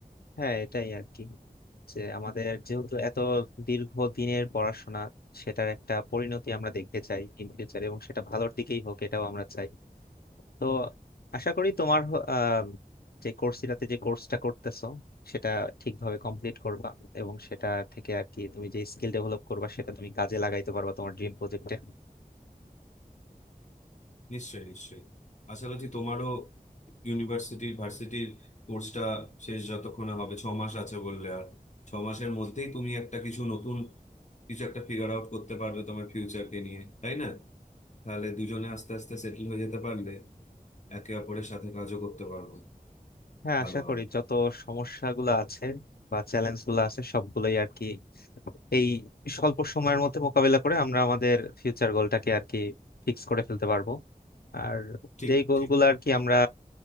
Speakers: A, on the left (about 80°); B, on the left (about 50°).
A: হ্যাঁ এটাই আর কি যে আমাদের যেহেতু এত দীর্ঘ দিনের পড়াশোনা সেটার একটা পরিণতি আমরা দেখতে চাই ইন ফিউচার এবং সেটা ভালোর দিকেই হোক এটাও আমরা চাই তো আশা করি তোমার হ- আহ, যে কোর্সটাতে যে কোর্সটা করতেছো সেটা ঠিকভাবে কমপ্লিট করবা এবং সেটা থেকে আর কি তুমি যে স্কিল ডেভেলপ করবা সেটা তুমি কাজে লাগাইতে পারবা তোমার ড্রিম প্রজেক্টে
B: নিশ্চয়ই নিশ্চয়ই আশা করছি তোমারও ইউনিভার্সিটির ভার্সিটির কোর্সটা শেষ যতক্ষণে হবে ছ মাস আছে বললে আর ছ মাসের মধ্যেই তুমি একটা কিছু নতুন কিছু একটা ফিগার আউট করতে পারবে তোমার ফিউচারকে নিয়ে তাই না তাহলে দুজনে আস্তে আস্তে সেটেল হয়ে যেতে পারলে একে অপরের সাথে কাজও করতে পারবো
A: হ্যাঁ
B: ভালো
A: আশা করি
B: হবে
A: যত সমস্যাগুলো আছে বা চ্যালেঞ্জ গুলো আছে সবগুলোই আর কি এই স্বল্প সময়ের মধ্যে মোকাবিলা করে আমরা আমাদের ফিউচার গোলটাকে আর কি ফিক্স করে ফেলতে পারবো আর
B: ঠিক
A: যেই গোলগুলো
B: ঠিক
A: আর কি আমরা